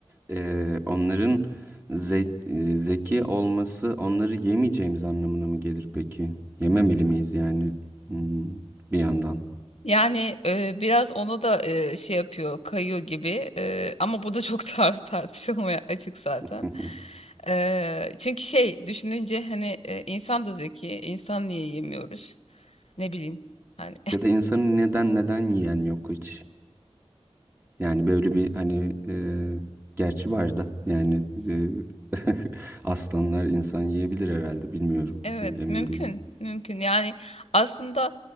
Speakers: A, on the right; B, on the left.
A: Ee, onların zek- e, zeki olması onları yemeyeceğimiz anlamına mı gelir peki? Yememeli miyiz yani Hmm, bir yandan?
B: Yani e, biraz ona da e, şey yapıyor, kayıyor gibi. E, ama bu da çok <laughs> tar tartışılmaya açık zaten.
A: <laughs>
B: E, çünkü şey düşününce hani e, insan da zeki, insan niye yemiyoruz? Ne bileyim. hani
A: Ya da insanın neden neden yiyen yok hiç? Yani böyle bir hani e, gerçi var da yani e, <laughs> aslanlar insan yiyebilir herhalde bilmiyorum
B: Evet,
A: E, emin
B: mümkün,
A: değilim.
B: mümkün. Yani aslında